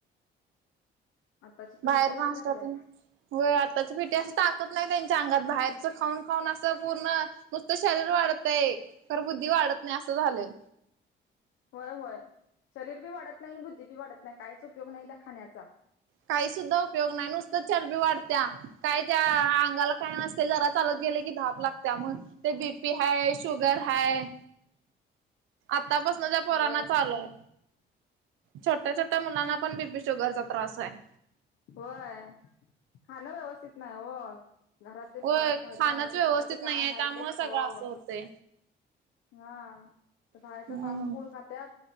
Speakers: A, on the left; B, on the right.
A: आताची पिढीच
B: बाहेर
A: तशी
B: नाष्टा
A: झाल्या
B: तेन. होय. आत्ताच्या पिटया असं ताकत नाही. त्यांच्या अंगात बाहेरच खाऊन खाऊन असं पूर्ण. नुसतं शरीर वाढतंय. खर, बुद्धी वाढत नाही असं झालंय.
A: हो. होय. शरीर बी वाढत नाही. आणि बुद्धी बी वाढत नाही. कायच? उपयोग नाही त्या खाण्याचा.
B: काही सुद्धा उपयोग नाही. नुसतं चरबी वाढत्या. काय? त्या अंगाला काय! नसतंय. जरा चालत गेले की धाप लागत्या मग. ते बीपी हाय. Sugar high. आतापासूनं त्या पोराना
A: होय
B: चालू आहे. छोट्या-छोट्या मुलांना पण बी पी, शुगरचा त्रास आहे.
A: होय खाणं व्यवस्थित नाही हो. घरातली
B: होय
A: भात, भाजी,
B: खाणच
A: आमटी,
B: व्यवस्थित
A: चपाती
B: नाही
A: काय? आहे
B: त्यामुळे
A: ते खावावं.
B: सगळं असं होते
A: हा.. बाहेरच
B: हम्म
A: फास्ट फूड खात्यात